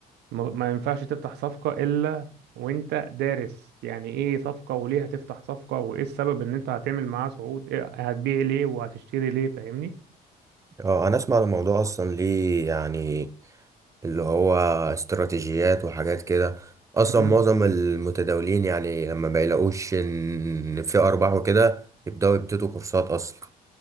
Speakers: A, on the right; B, on the right.
A: ما ما ينفعش تفتح صفقة الا وانت دارس يعني ايه صفقة وليه هتفتح صفقة وايه السبب ان انت هتعمل معاه صعود إيه هتبيع ليه وهتشتري ليه فاهمني
B: اه انا اسمع الموضوع اصلا ليه يعني اللي هو استراتيجيات وحاجات كده اصلا
A: مم.
B: معظم المتداولين يعني لما بيلاقوش ان في ارباح وكده يبداوا يبتدوا كورسات اصلا